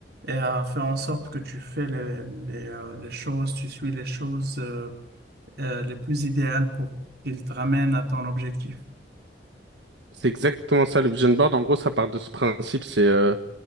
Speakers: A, on the right; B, on the right.
A: et à faire en sorte que tu fais les, les, euh, les choses, tu suis les choses euh, euh, les plus idéales pour qu'il te ramène à ton objectif.
B: C'est exactement ça, le vision board. En gros, ça part de ce principe. C'est euh,